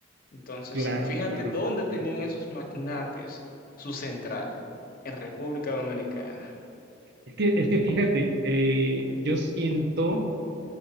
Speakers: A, on the left; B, on the right.
A: Entonces,
B: claro,
A: fíjate
B: claro.
A: dónde tenían esos magnates su central, en República Dominicana.
B: Es que, es que fíjate, eh, yo siento